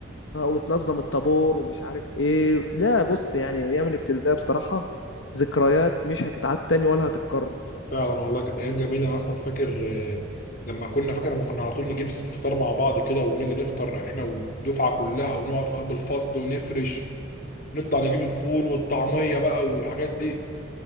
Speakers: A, on the left; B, on the left.
A: آه، وتنظم الطابور ومش عارف ايه لا بص يعني ايام الابتدائي بصراحة ذكريات مش هتتعاد تاني ولا هتتكرر
B: فعلا والله كانت أيام جميلة أنا أصلا فاكر آه، لما كنا فاكر لما كنا على طول نجيب الفطار مع بعض كده ونيجي نفطر احنا والدفعة كلها ونقعد في قلب الفصل ونفرش نطلع نجيب الفول والطعمية بقى والحاجات دي